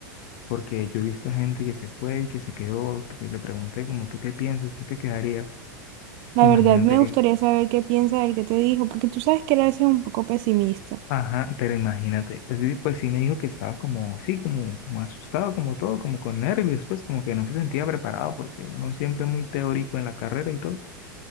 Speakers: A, on the left (about 55°); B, on the right (about 50°).
A: porque yo he visto gente que se fue y que se quedó, que le pregunté como, ¿tú qué piensas? ¿Tú te quedarías?
B: La
A: Imagínate
B: verdad, me
A: que,
B: gustaría saber qué piensa él, qué te dijo, porque tú sabes que él a veces es un poco pesimista.
A: ajá, pero imagínate. Es decir, pues sí me dijo que estaba como, sí, como, como asustado, como todo, como con nervios, pues como que no se sentía preparado, porque uno siempre es muy teórico en la carrera y todo,